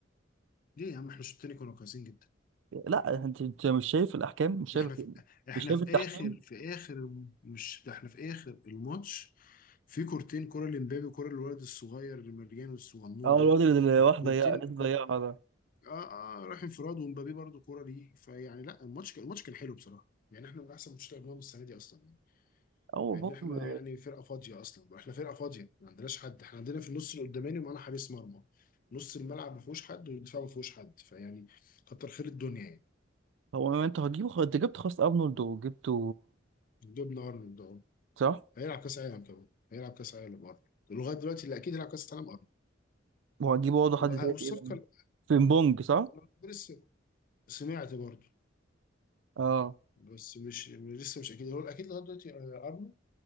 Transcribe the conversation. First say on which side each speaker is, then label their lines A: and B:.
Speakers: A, on the left; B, on the right.
A: ليه يا عم احنا الشوط التاني كنا كويسين جدا
B: لا انت انت مش شايف الاحكام مش شايف
A: ده احنا في احنا
B: مش شايف
A: في
B: التحكيم
A: اخر في اخر الم- مش ده احنا في اخر الماتش في كورتين كرة لمبابي وكرة للولد الصغير اللي مليان الصغنون
B: اه
A: ده
B: الواد اللي راح ضيع
A: كورتين
B: اللي ضيعها
A: كو...
B: ده
A: اه اه راح انفراد ومبابي برضه كرة ليه فيعني لا الماتش كان الماتش كان حلو بصراحة يعني احنا من احسن ماتشات اللي لعبناهم السنة دي اصلا
B: هو
A: مع
B: برضه
A: ان احنا يعني فرقه فاضيه اصلا احنا فرقه فاضيه ما عندناش حد احنا عندنا في النص القداماني معانا حارس مرمى نص الملعب ما فيهوش حد والدفاع ما فيهوش حد فيعني كتر خير الدنيا يعني
B: هو ما انت هتجيبه خلاص، انت جبت خلاص ارنولد وجبته
A: جبنا ارنولد اهو
B: صح
A: هيلعب كاس عالم كمان هيلعب كاس عالم ارنولد لغايه دلوقتي اللي اكيد هيلعب كاس عالم ارنولد
B: وهجيب برضه
A: وه-
B: حد تاني
A: والصفقه
B: إيه بقى؟
A: اللي
B: فريمبونج صح
A: انا لسه سمعت برضه
B: اه
A: بس مش لسه مش اكيد هو الاكيد لغايه دلوقتي آه، ارنولد